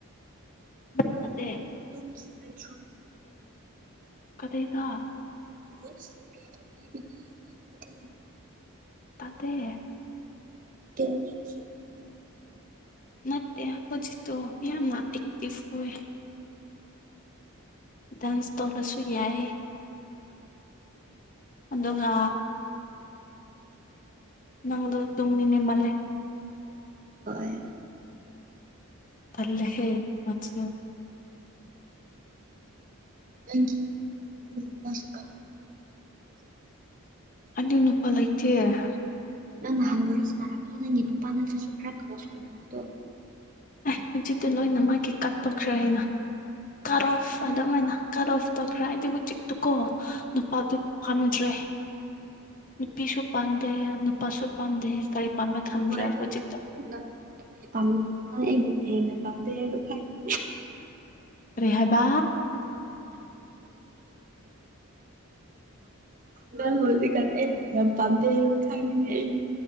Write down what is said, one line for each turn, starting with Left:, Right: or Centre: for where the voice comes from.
Left: ꯅꯠꯇ‌ꯦ
Right: ꯇꯨꯝꯈꯤꯔ‌ꯣꯏꯗ꯭ꯔ‌ꯣ
Left: ꯀꯗꯩꯗ
Right: <unintelligible>
Left: ꯇꯗ‌ꯦ
Right: ꯇꯨꯝꯅꯤꯡꯈꯤꯕ꯭ꯔ‌ꯣ ꯍꯥꯏꯕ
Left: ꯅꯠꯇꯦ ꯍꯧꯖꯤꯛꯇꯣ ꯌꯥꯝꯅ ꯑꯦꯛꯇꯤꯚ ꯑꯣꯏ ꯗꯥꯟꯁ ꯇꯧꯔꯁꯨ ꯌꯥꯏꯌ‌ꯦ ꯑꯗꯨꯒꯥ ꯅꯪꯗ ꯇꯨꯝꯅꯤꯡꯉ ꯃꯥꯜꯂ‌ꯦ
Right: ꯍꯣꯏ
Left: ꯇꯜꯂ‌ꯦꯍꯦ ꯅꯪꯁꯨ
Right: ꯅꯪꯒꯤ ꯅꯪꯒꯤ ꯅꯨꯄꯥꯁꯨ <unintelligible> ꯍꯧꯖꯤꯛꯀꯥꯟꯁꯦ
Left: ꯑꯗꯨ ꯅꯨꯄꯥ ꯂꯩꯇꯦ ꯫
Right: ꯅꯪ ꯅꯍꯥꯟ ꯋꯥꯔꯤ ꯁꯥꯟꯅꯔꯝꯕꯗꯣ ꯅꯪꯒꯤ ꯅꯨꯄꯥ ꯅꯠꯇ꯭ꯔꯁꯨ ꯈꯔ ꯀ꯭ꯂꯣꯁ ꯑꯣꯏꯔꯝꯕꯗꯣ
Left: ꯑꯦ ꯍꯧꯖꯤꯠꯇꯨ ꯂꯣꯏꯅ ꯃꯒꯤ ꯀꯠꯇꯣꯛꯈ꯭‌ꯦꯔꯍꯥꯏꯅ ꯀꯔꯣꯐ ꯑꯗꯨꯃꯥꯏꯅ ꯀꯠ ꯑꯣꯐ ꯇꯧꯈ꯭ꯔꯦ ꯍꯥꯏꯗꯤ ꯍꯧꯖꯤꯛꯇꯨꯀꯣ ꯅꯨꯄꯥꯗꯨ ꯄꯥꯝꯗ꯭ꯔꯦ ꯅꯨꯄꯤꯁꯨ ꯄꯥꯝꯗꯦ ꯅꯨꯄꯥꯁꯨ ꯄꯥꯝꯗꯦ ꯀꯔꯤ ꯄꯝꯅ ꯈꯟꯗ꯭ꯔꯦ
Right: ꯍꯣꯏ
Left: ꯍꯧꯖꯤꯛꯇ‌ꯣ
Right: ꯅꯪ ꯅꯨꯄꯤ ꯄꯥꯝꯕꯅ ꯑꯩꯕꯨꯅ ꯍꯦꯟꯅ ꯄꯥꯝꯗꯦ ꯍꯥꯏꯕ ꯈꯪꯉꯦ
Left: ꯀꯔꯤ ꯍꯥꯏꯕꯥ
Right: ꯅꯪ ꯍꯧꯖꯤꯀꯥꯟ ꯑꯩ ꯃꯌꯥꯝ ꯄꯥꯟꯗꯦꯕ ꯈꯥꯉꯤꯅꯦ ꯑꯩꯅ